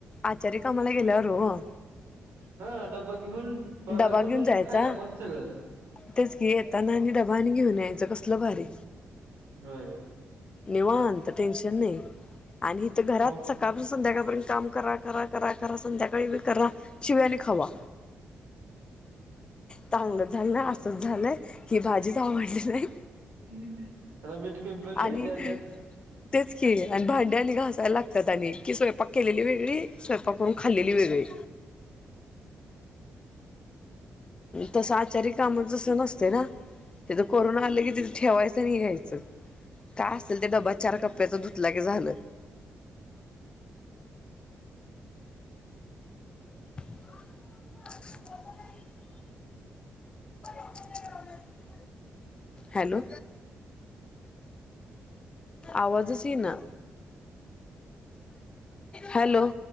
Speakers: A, on the left (about 25°); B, on the right (about 75°).
A: आचारी कामाला गेल्यावर हो
B: हा डब्बा घेऊन पगार
A: डबा
B: पण
A: घेऊन जायचा.
B: खायला पण सगळंच
A: तेच की येताना आणि डबा आणि घेऊन यायचं कसलं भारी
B: होय
A: निवांत टेन्शन नाही आणि हित घरात
B: हो
A: सकाळपासून संध्याकाळपर्यंत काम करा करा करा करा संध्याकाळी बी करा शिव्या आणि खावा. चांगलं झालं ना असच झालंय ही भाजीच आवडली नाही.
B: हयाला मीठ कमी पडलय
A: आणि
B: जा
A: तेच की आणि भांड्या आणि घासायला लाग तात नी की स्वयंपाक केलेली वेगळी स्वयंपाक करून खाल्लेली वेगळी तसं आचारी काम जस नसतय ना तिथं कोरोना आलं की तिथं ठेवायच आणि यायचं. काय असल ते डबा चार कप्प्याच धुतला की झालं.
B: <inaudible>
A: <inaudible> <inaudible> हॅलो आवाजच इना हॅलो